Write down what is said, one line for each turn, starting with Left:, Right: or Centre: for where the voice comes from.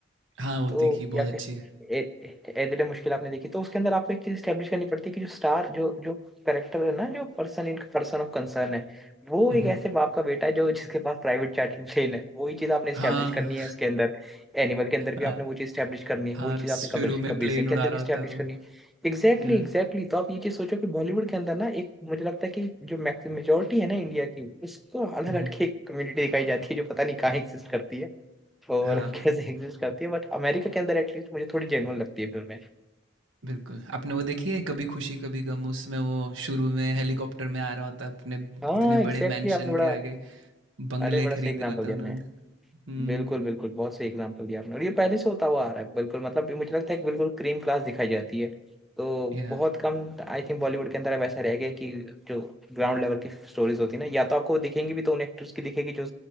Right: हाँ वो
Centre: तो
Right: देखी
Centre: या
Right: बहुत अच्छी
Centre: फिर
Right: है
Centre: ए, ए दिल मुश्किल आपने देखी तो उसके अंदर आपको एक चीज स्टेब्लिश करनी पड़ती है कि जो स्टार जो जो करेक्टर है ना जो person in person of concern है वो
Right: हम्म
Centre: एक ऐसे बाप का बेटा है जो जिसके पास प्राइवेट चैटिंग प्लेन है वही चीज आपने स्टेब्लिश
Right: हाँ
Centre: करनी है उसके अंदर एनिमल के अंदर भी
Right: <laughs>
Centre: आपने वो चीज स्टेब्लिश करनी है वही
Right: हाँ,
Centre: चीज
Right: शुरू
Centre: आपने कबीर सिंह
Right: में
Centre: कबीर
Right: प्लेन
Centre: सिंह के
Right: उड़ा
Centre: अंदर
Right: रहा
Centre: भी स्टेब्लिश
Right: होता है वो।
Centre: करनी है एग्जैक्टली
Right: या
Centre: एग्जैक्टली तो आप ये चीज सोचो कि बॉलीवुड के अंदर ना एक मुझे लगता है कि जो मेजोरिटी है ना इंडिया की उसको अलग
Right: हुँ,
Centre: हटके एक कम्युनिटी दिखाई जाती है जो पता नहीं कहाँ एग्जिस्ट करती है और
Right: हाँ,
Centre: <laughs> कैसे एग्जिस्ट करती है बट अमेरिका के अंदर एटलीस्ट मुझे थोड़ी जेन्युइन लगती है फिल्में
Right: बिल्कुल। आपने वो देखी है कभी खुशी कभी गम? उसमें वो शुरू में हेलीकॉप्टर में आ रहा होता है अपने
Centre: हाँ
Right: इतने
Centre: एग्जैक्टली
Right: बड़े मैंशन
Centre: exactly, आपने बड़ा
Right: के आगे, बंगले
Centre: अरे बड़ा
Right: खरीदे
Centre: सही एग्जाम्पल
Right: होते
Centre: दिया
Right: हैं उन्होंने।
Centre: आपने
Right: हुँ,
Centre: बिल्कुल बिल्कुल बहुत सही एग्जांपल दिया आपने और ये पहले से होता हुआ आ रहा है बिल्कुल मतलब ये मुझे लगता है कि बिल्कुल क्रीम क्लास दिखाई जाती है तो
Right: या
Centre: बहुत कम आई थिंक बॉलीवुड के अंदर अब ऐसा रह गया कि जो ग्राउंड लेवल की स्टोरीज होती है ना या तो आपको वो दिखेंगी भी तो उन एक्टर्स की दिखेगी जो